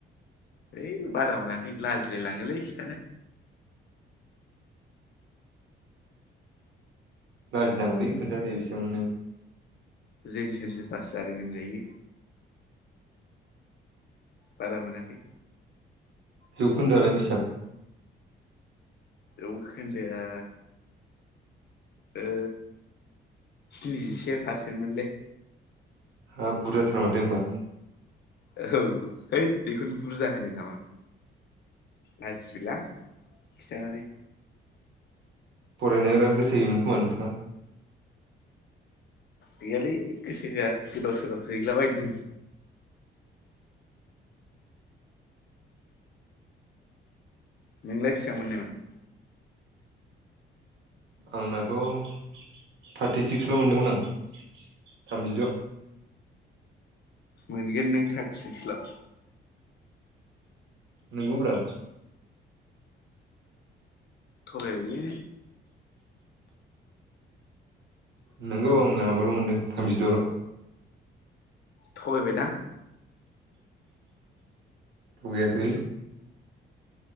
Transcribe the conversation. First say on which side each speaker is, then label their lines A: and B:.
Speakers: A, on the left; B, on the right.
A: हैइ बारा मोनाखै लाजिलाय लाङोलै खिथानो
B: लाजिनाङालै खोन्थादे बेसेबां मोनदों
A: जेन थेनसो पास जादों होनजायो बारा मोनाखै
B: जौखोन्दोआलाय बेसेबां
A: जौखोन्दो आ ओ स्निजिसे पारसेन्टमोनलै।
B: हाब बुरजा थार माथो होमबा
A: ओहौ है बेखौनो बुरजा होनो नामा लाजिबाय लां खिथानानै
B: फरायनाया ना गोसो होयोमोन खोमा नोंथाङा
A: गैयालै गोसो होआ गोदाव सोरावसो हैलाबायदों नोंलाय बेसेबां मोननायमोन
B: आंनाथ' थार्टिसिक्सल' मोनदोंमोन आं थामजिद'
A: मोनगोन नों थार्टिसिक्सल'
B: नोंगौब्रा
A: थगायबाय लै
B: नोंगौ आं माबाल' मोनदों थामजिद'ल'।
A: थगायबायदां?
B: थगैयाखै।